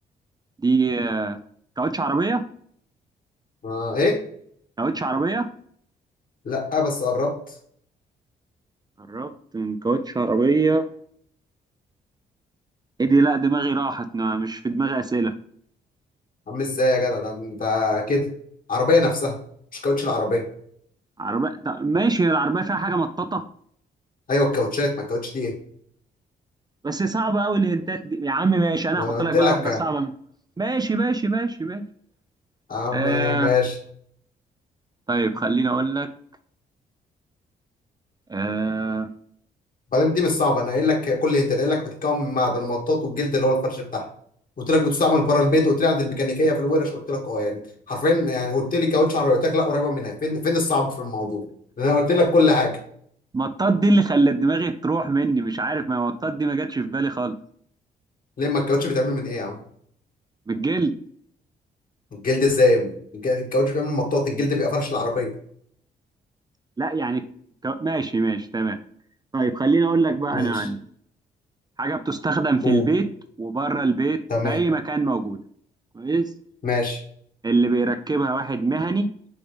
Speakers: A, on the right (about 20°); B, on the left (about 50°).
A: دي آه، كاوتش عربية
B: آه ايه
A: كاوتش عربية
B: لا بس قربت
A: قربت من كاوتش عربية ايه دي لا دماغي راحت ما- مش في دماغي أسئلة
B: عامل ازاي يا جدع ده انت كده عربيه نفسها مش كاوتش العربيه
A: عربية طب ماشي هي العربية فيها حاجة مطاطة
B: ايوه الكاوتشات ما الكاوتش دي ايه
A: بس صعبة أوي الهنتات دي يا عم ماشي أنا
B: ما
A: هحط
B: انا
A: لك
B: قلت
A: بقى
B: لك
A: واحدة
B: يا
A: صعبة من- ماشي ماشي ماشي ماشي
B: عم
A: آه
B: ماشي
A: طيب خليني أقول لك آه
B: بعدين دي مش صعبه انا قايل لك كل انت قايل لك بتتكون من معدن ومطاط والجلد اللي هو الفرش بتاعها قلت لك بتستعمل بره البيت قلت لي عند الميكانيكيه في الورش قلت لك اه يعني حرفيا يعني قلت لي كاوتش عربيه قلت لك لا قريبه منها فين فين الصعب في الموضوع انا قلت لك كل حاجه
A: مطاط دي اللي خلت دماغي تروح مني مش عارف ما مطاط دي ما جاتش في بالي خالص
B: ليه ما الكاوتش بيتعمل من ايه يا عم
A: بالجلد
B: الجلد ازاي الج- الكاوتش بيتعمل من مطاط الجلد بيبقى فرش العربيه
A: لا يعني ك- ماشي ماشي تمام طيب خليني أقول لك بقى
B: ماشي
A: أنا عندي حاجة بتستخدم في
B: قول
A: البيت وبره البيت
B: تمام
A: في أي مكان موجودة كويس
B: ماشي
A: اللي بيركبها واحد مهني